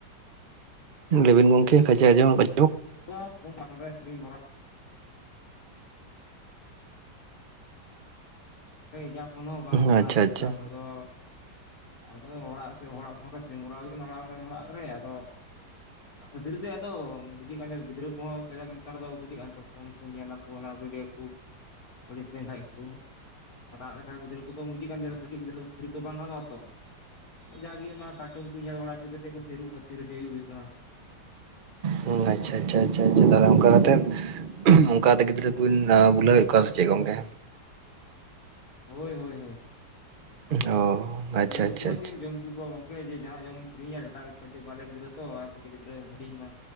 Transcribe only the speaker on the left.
<unintelligible> ᱤᱧᱟᱜ ᱯᱷᱳᱱ ᱦᱚᱸ ᱵᱟᱝ ᱠᱟᱱᱟ
ᱵᱩᱡᱽ
ᱫᱟᱢ ᱟᱫᱚ, ᱟᱫᱚ ᱚᱲᱟᱜ ᱥᱮ ᱚᱲᱟᱜᱼᱼ ᱚᱸᱰᱮ ᱥᱤᱢᱩ ᱨᱟᱣ ᱦᱩᱭ ᱠᱟᱱᱟ ᱚᱲᱟᱜ ᱦᱚᱲ ᱨᱮᱱ ᱚᱲᱟᱜ ᱨᱮ ᱟᱫᱚ
ᱱᱟ ᱠᱷᱟᱹᱛᱤᱨ ᱛᱮ ᱟᱫᱚ ᱵᱩᱡᱮᱫ ᱠᱟᱱ ᱜᱤᱫᱽᱨᱟᱹ ᱠᱩᱦᱚᱸ ᱠᱟᱡᱟᱠ‌ ᱱᱮᱛᱟᱨ ᱫᱚ ᱵᱩᱡᱮ ᱠᱟᱱ ᱯᱷᱳᱱ ᱠᱚ ᱧᱮᱞᱼᱟ ᱠᱚ ᱚᱱᱟ ᱵᱷᱤᱰᱭᱳ ᱠᱩ ᱟᱹᱲᱤᱥ ᱞᱮᱱ ᱠᱷᱟᱡ ‌ᱠᱩ᱾ ᱦᱟᱛᱟᱣ ᱞᱮᱠᱷᱟᱜ ᱜᱤᱫᱽᱨᱟᱹ ᱠᱩᱫᱚ ᱵᱩᱡᱤ ᱠᱟᱱ ᱜᱮᱭᱟ ᱠᱟᱹᱴᱤᱡ ᱜᱤᱫᱽᱨᱟᱹ ᱫᱚ ᱛᱷᱤᱨ ᱛᱚ ᱵᱟᱝ ᱜᱟᱱᱚᱜᱼᱟ ᱛᱚ᱾ ᱡᱟᱜᱤ ᱚᱱᱟ ᱠᱟᱨᱴᱩᱱ ᱠᱩ ᱧᱮᱞ ᱵᱟᱲᱟ ᱪᱩ ᱠᱟᱛᱮᱫ ᱠᱚ ᱛᱷᱤᱨᱩᱜ ᱛᱷᱤᱨ ᱪᱩᱭ ᱦᱩᱭᱩᱜ ᱠᱟᱱᱟ᱾
ᱦᱳᱭ ᱦᱳᱭ᱾ ᱦᱳᱭ
ᱞᱟᱹᱰᱩ
ᱠᱚ ᱦᱚᱸᱪᱮᱜ
ᱮᱢ ᱡᱚᱢᱼᱼ ᱪᱩ ᱠᱚᱣᱟ ᱜᱚᱝᱠᱮ ᱡᱮ ᱡᱟᱦᱟᱸ ᱡᱚᱢ ᱮᱢ ᱠᱤᱨᱤᱧᱟ ᱰᱟᱴᱟ ᱠᱟᱹᱴᱤᱡ ᱵᱟᱞᱮ ᱜᱤᱫᱽᱨᱟᱹ ᱛᱚ ᱟᱨ ᱠᱟᱹᱴᱤᱡ ᱜᱤᱫᱽᱨᱟᱹ ᱦᱩᱰᱤᱧ ᱢᱟᱼᱼ